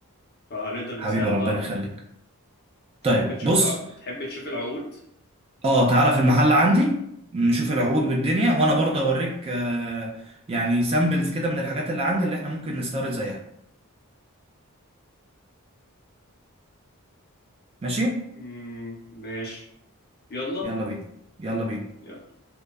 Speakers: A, on the left; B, on the right.
A: فهنقدر
B: حبيبي
A: نساعد
B: ربنا
A: بعض
B: يخليك
A: تحب
B: طيب
A: تشوف
B: بص
A: الع... تحب تشوف العقود
B: اه تعالى في المحل عندي نشوف العقود
A: مم،
B: والدنيا وانا برضه اوريك آه، يعني سامبلز كده من الحاجات اللي عندي اللي احنا ممكن نستورد زيها ماشي
A: مم، ماشي يلا
B: يلا بينا يلا بينا
A: يلا